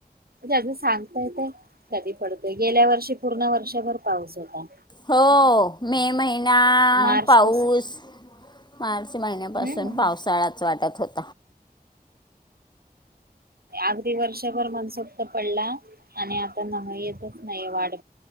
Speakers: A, on the right; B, on the left.
A: सांगतायेत कधी पडतय गेल्या वर्षी पूर्ण वर्षभर पाऊस होता
B: हो मे महिना
A: मार्च
B: पाऊस
A: पासून
B: मार्च महिन्यापासून
A: हम्म
B: पावसाळाच वाटत होता
A: अगदी वर्षभर मनसोक्त पडला आणि आता न येतच नाही वाढ